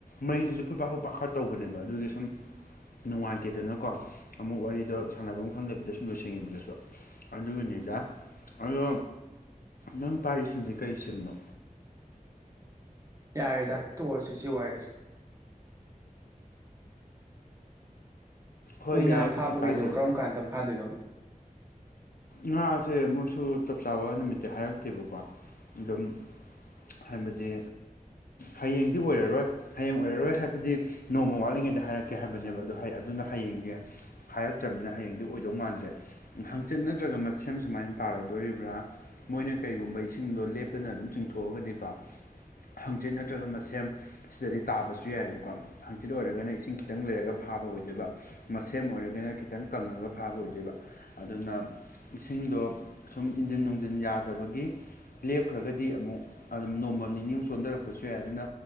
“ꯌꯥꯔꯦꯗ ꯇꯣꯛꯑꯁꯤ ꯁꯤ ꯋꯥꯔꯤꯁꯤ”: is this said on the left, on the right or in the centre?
Right